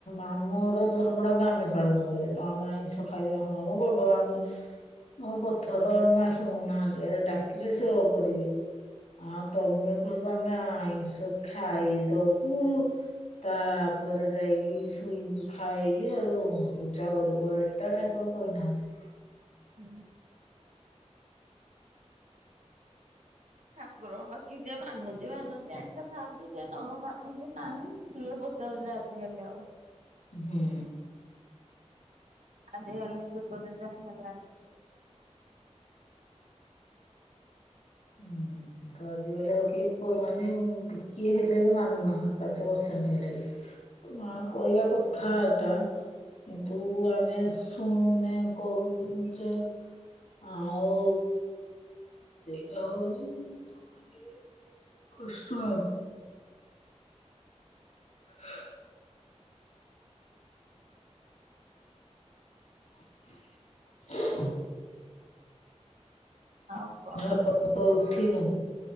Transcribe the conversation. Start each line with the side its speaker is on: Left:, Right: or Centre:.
Left: ଆମର ଧର୍ମଟାକୁ ଆମେ ପାଳନ କରିବା ତ ଆମେ ଆଇଁଷ ଖାଇଦେବା ହଁ ଭଗବାନ୍ <unintelligible> ଥର <unintelligible> ଶୁଣୁନାହାନ୍ତି ଡାକିଲେ ସେ ଉ କରିବେ ଆଉ ତମେ କହିବ ଆମେ ଆଇଁଷ ଖାଇଦବୁ ତାପରେ ଯାଇକି ଶୋଇ ଖାଇକି ଆର ପୂଜା କରିବୁ। <unintelligible> ଠାକୁର କହିନାହାନ୍ତି।
Right: ହୁଁ। ଠାକୁରଙ୍କ ବାକି ଯିଏ ମାନୁଚି-ମାନୁଚି ଆଇଁଷ ଖାାଉଚି ଯିଏ ନ ମାନୁଚି ନାହିଁ। କିଏ ପଚାରୁଚି ଆଜିକାଲି ଆଉ।
Left: ହୁଁ।
Right: ଆଜିକାଲି ଯୁଗରେ ଯାହା ହେଲାଣି
Left: ହୁଁ। ତ ଆଜିକାଲି ଆଉ କିଏ ପୁଅ ମାନେ ଟିକିଏ ହେଲେ ବି ମାନୁନାହାନ୍ତି ପାଞ୍ଚ ପରସେଣ୍ଟ ହେଲେ ବି। ତ ମା
Right: ହଁ
Left: କହିବାକୁ <unintelligible> କିନ୍ତୁ ଆମେ ଶୁଣୁନେ କରୁଚେ। ଆଉ ସେଇ <unintelligible> କଷ୍ଟ ଆଉ। ହଁ। <inaudible>
Right: ଆଉ କଣ
Left: ଏପର୍ଯ୍ୟନ୍ତ ଉଠିନୁ।